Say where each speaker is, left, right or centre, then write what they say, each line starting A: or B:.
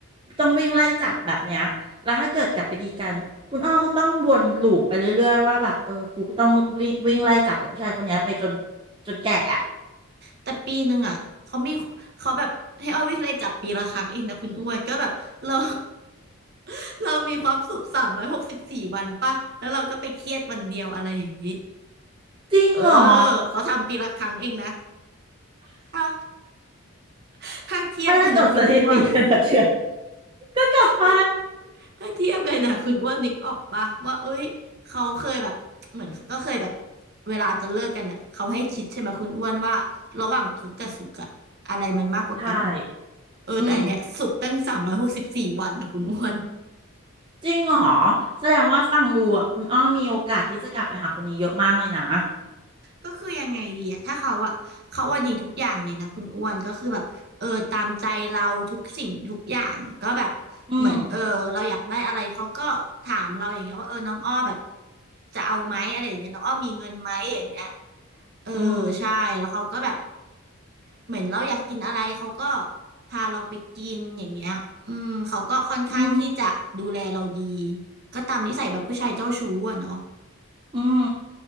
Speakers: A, on the right (about 20°); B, on the right (about 45°).
A: ต้องวิ่งไล่จับแบบเนี้ย แล้วถ้าเกิดกลับไปดีกันคุณอ้อก็ต้องวนลูปไปเรื่อยๆว่าแบบ เออ กูก็ต้องวิ่งวิ่งไล่จับกับผู้ชายคนเนี้ยไปจนจนแก่อะ
B: แต่ปีหนึ่งอ่ะเขามีเขาแบบให้ออวิกเลยจับปีละครั้งเองนะคุณอ้วนก็แบบเรา <laughs> เรามีความสุขสามร้อยหกสิบสี่วันป่ะแล้วเราก็ไปเครียดวันเดียวอะไรอย่างนี้
A: จริงเหรอ
B: เออเขาทำปีละครั้งเองนะถ้า <laughs> ถ้าเทียบกันนะคุณอ้วน
A: ถ้าจะตรวจสถิติกันแบบเชืยอก็กลับไป
B: ถ้าถ้าเทียบกันนะคุณอ้วนนึกออกปะว่าเอ้ยเขาเคยแบบเหมือนเขาก็เคยแบบเวลาจะเลิกกันอ่ะเขาให้คิดใช่ไหมคุณอ้วนว่าระหว่างทุกข์กับสุขอะอะไรมันมากกว่ากัน
A: ใช่
B: เออแต่อันเนี้ยสุกตั้งสามร้อยหกสิบสี่วันนะคุณอ้วน
A: อืมจริงเหรอแสดงว่าฟังดูอ่ะคุณอ้อมีโอกาสที่จะกลับไปหาคนนี้เยอะมากเลยนะ
B: ก็คือยังไงดีอะถ้าเขาอะเขาว่าดีทุกอย่างเลยนะคุณอ้วนก็คือแบบเออตามใจเราทุกสิ่งทุกอย่างอะก็แบบเหมือนเออเราอยากได้อะไรเขาก็ถามเราอย่างเงี้ยว่าเออน้องอ้อแบบ
A: อืม
B: จะเอาไหมอะไรอย่างเงี้ยน้องอ้อมีเงินไหมอย่างเงี้ยเออใช่แล้วเขาก็แบบ
A: อืม
B: เหมือนเราอยากกินอะไรเขาก็พาเราไปกินอย่างเงี้ยอืมเขาก็ค่อนข้างที่จะดูแลเราดี
A: อืม
B: ก็ตามนิสัยแบบผู้ชายเจ้าชู้อะเนาะ
A: อืม